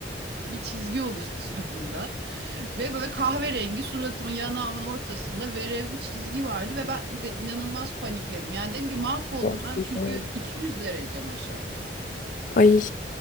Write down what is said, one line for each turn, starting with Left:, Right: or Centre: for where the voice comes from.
Right: bir çizgi oluştu suratımda. <laughs> Ve böyle kahverengi suratımın yanağımın ortasında verev bir çizgi vardı ve ben de inanılmaz panikledim. Yani dedim ki mahvoldum
Left: olsun
Right: ben çünkü
Left: bu arada.
Right: 200 derece maşa.
Left: Ay.